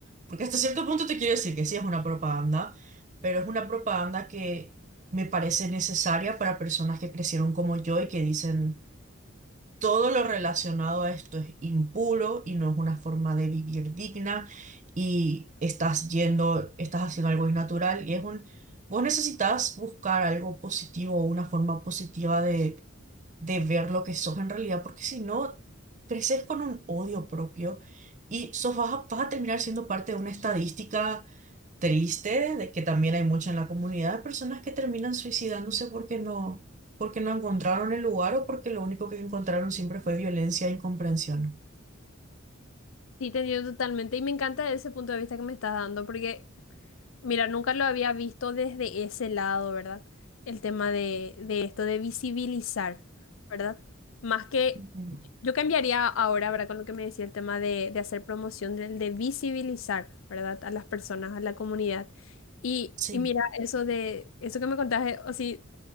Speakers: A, on the right (about 40°); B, on the left (about 75°).
A: porque hasta cierto punto te quiero decir que sí es una propaganda, pero es una propaganda que me parece necesaria para personas que crecieron como yo y que dicen... Todo lo relacionado a esto es impuro y no es una forma de vivir digna y estás yendo, estás haciendo algo innatural y es un, vos necesitas buscar algo positivo, una forma positiva de, de ver lo que sos en realidad, porque si no, creces con un odio propio y sos, vas a, vas a terminar siendo parte de una estadística triste de que también hay mucha en la comunidad, de personas que terminan suicidándose porque no, porque no encontraron el lugar o porque lo único que encontraron siempre fue violencia e incomprensión.
B: Sí, te entiendo totalmente y me encanta ese punto de vista que me estás dando porque Mira, nunca lo había visto desde ese lado, ¿verdad? El tema de, de esto de visibilizar, ¿verdad? Más que
A: Ujú.
B: yo cambiaría ahora, ¿verdad? Con lo que me decía el tema de, de hacer promoción, del de visibilizar, ¿verdad? A las personas, a la comunidad. Y,
A: Sí.
B: y mira, eso de, eso que me contaste, o sí,